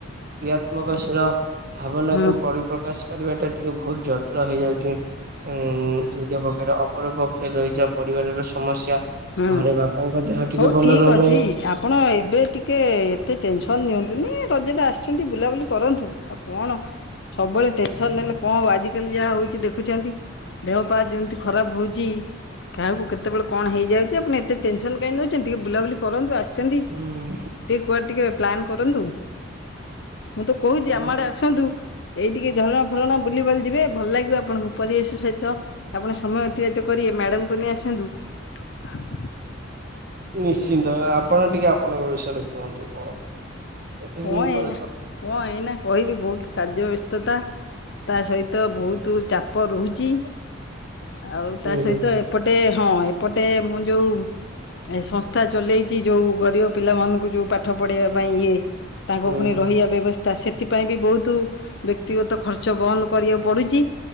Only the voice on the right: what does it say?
କ୍ରିୟାତ୍ମକଶିଳ ଭାବନା
କୁ ପରିପ୍ରକାଶ ପରିବା ଟା ଟିକେ ବହୁତ ଜଟିଳ ହେଇଯାଉଛି। ହୁଁ ନିଜ ଅପରପକ୍ଷରେ ରହିଯଇଚିା ପରିବାରର ସମସ୍ୟା।
ଘରେ ବାପାଙ୍କ ଦେହ ଟିକେ
ଭଲ
ରହୁନାହିଁ।
ହୁଁ
ହୁଁ
ଆଉ
ନିଶ୍ଚିନ୍ତ ଆପଣ ଟିକେ ଆପଣଙ୍କ ବିଷୟରେ କୁହନ୍ତୁ କଣ? ଏତେ
ଦିନ
ପରେ କଥା
ହୁଁ
ହୁଁ
ହୁଁ